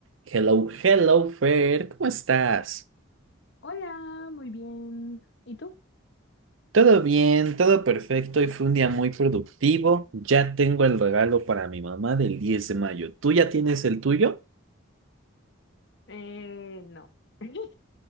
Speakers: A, on the right; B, on the left.
A: Hello, hello, Fer, ¿cómo estás?
B: Hola, muy bien. ¿Y tú?
A: Todo bien, todo perfecto y fue un día muy productivo. Ya tengo el regalo para mi mamá del 10 de mayo. ¿Tú ya tienes el tuyo?
B: Eh, no. <laughs>